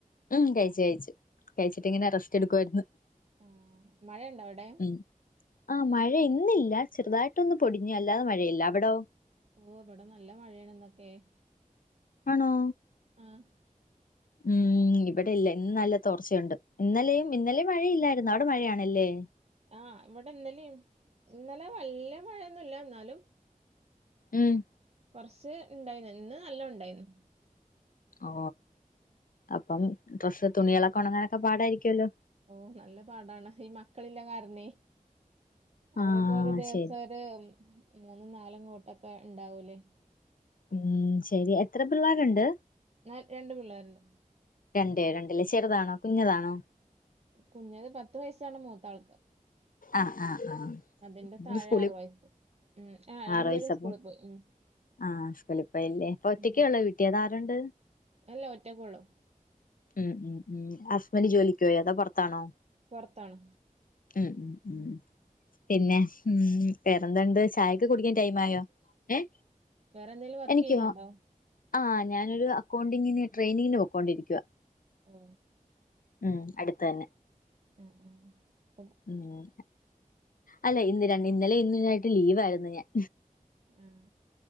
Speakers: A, on the left; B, on the right.
A: ഉം കഴിച്ച് കഴിച്ച് കഴിച്ചിട്ടിങ്ങനെ റസ്റ്റ് എടുക്കു ആയിരിന്നു
B: ആ മഴയുണ്ടോ അവിടെ
A: ഉം ആഹ് മഴ ഇന്നില്ല ചെറുതായിട്ടൊന്നും പൊടിഞ്ഞ് അല്ലാതെ മഴയില്ല അവിടോ
B: ഓഹ് ഇവിടെ നല്ല മഴയാണ് ന്നൊക്കെ
A: ആണോ
B: ആഹ്
A: ഉം ഇവിടെ ഇല്ല ഇന്ന് നല്ല തോർച്ചയുണ്ട് ഇന്നലെയും ഇന്നലെയും മഴയില്ലായിരു അവിടെ മഴയാണല്ലേ
B: ആഹ് ഇവിടെ ഇന്നലെയും ഇന്നലെ വല്യ മഴയൊന്നുമില്ല എന്നാലും
A: ഉം
B: കൊറച്ച് ഇണ്ടായിന്ന ഇന്ന് നല്ല ഇണ്ടായിരുന്നു
A: ഓ അപ്പം ഡ്രസ് തുണികളൊക്കെ ഉണങ്ങാനൊക്കെ പാടായിരിക്കുമല്ലോ
B: ഓ നല്ല പാടാണ് ഈ മക്കളില്ല കാരണേ അവർക്ക്
A: ആഹ്
B: ഒരു ദിവസം
A: ശരി
B: ഒ ത് മൂന്നും നാലും കോട്ടൊക്കെ ഉണ്ടാവൂല്ലേ
A: ഉം ശരി എത്ര പിള്ളാരുണ്ട്
B: നാൽ രണ്ട്പിള്ളാര്ണ്ട്
A: രണ്ടെ രണ്ടില്ല് ചെറുതാണോ കുഞ്ഞിതാണോ
B: കുഞ്ഞത് പത്ത് വയസ്സാണ് മൂത്ത ആൾക്ക്
A: ആഹ് ആഹ്
B: അതിന്റെ
A: ആഹ്
B: താഴെ
A: സ്കൂളിൽ
B: ആറു വയസ്സ് ഉം ആഹ് രണ്ടു
A: ആറ് വയസ്സപ്പം
B: പേരും സ്കൂളിൽപോയ്‌ ഉം
A: ആഹ് സ്കൂളി പോയില്ലേ അപ്പൊ ഒറ്റക്കെ
B: ഉം.
A: ഉള്ളോ വീട്ടി അതാരുണ്ട്
B: അല്ല ഒറ്റക്കുള്ളൂ
A: ഉം ഉം ഉം ഹസ്ബൻഡ് ജോലിക്ക്പോയൊ അതോ പുറത്താണോ
B: പുറത്താണ്
A: ഉം ഉം ഉം പിന്നെ ഉം വെറെന്തുണ്ട് ചായൊക്കെ കുടിക്കൻ ടൈം ആയോ ഏഹ്
B: വേറെന്തെലും വർക്ക്
A: എനിക്കോ
B: ചെയ്യണണ്ടോ
A: ആ ആഹ് ഞാനൊരു അക്കൗണ്ടിങ്ങിന് ട്രെയിനിങ്ങിന് പോക്കോണ്ടിരിക്കുവുക
B: ഓ
A: ഉം അടുത്ത് തന്നെ
B: ഉം ഉം
A: ഉം അല്ലെ ഇന്ന് ര ഇന്നലെ ഇന്നായിട്ട് ലീവായിരുന്നു ഞാൻ
B: ആഹ്